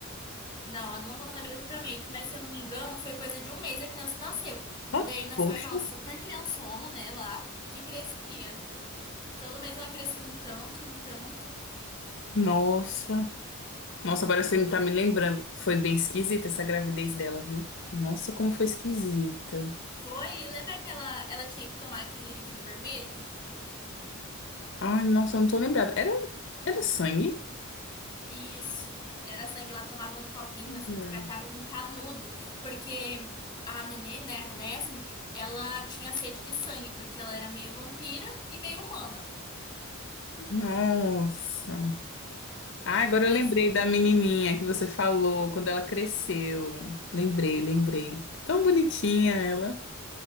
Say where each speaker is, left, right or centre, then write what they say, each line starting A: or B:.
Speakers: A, on the left; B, on the left.
A: Não, eu não lembro exatamente, mas se eu não me engano, foi coisa de um mês a criança nasceu.
B: Ah,
A: E daí nasceu
B: Poxa.
A: aquela super criançona, né, lá, que crescia. E todo mês ela crescia um tanto, um tanto.
B: Nossa. Nossa, agora você tá me lembrando. Foi bem esquisita essa gravidez dela, viu? Nossa, como foi esquisita.
A: Foi, lembra que ela, ela tinha que tomar aquele líquido vermelho?
B: Ai, nossa, eu não tô lembrada. Era, era sangue?
A: Isso. Era sangue, ela tomava num copinho, assim,
B: Era.
A: descartável com canudo, porque a Nenê, né, a Ernestine, ela tinha sede de sangue, porque ela era meio vampira e meio humana.
B: Nossa. Ah, agora
A: Foi
B: eu lembrei
A: assim,
B: da menininha que você falou quando ela cresceu. Lembrei, lembrei. Tão bonitinha ela.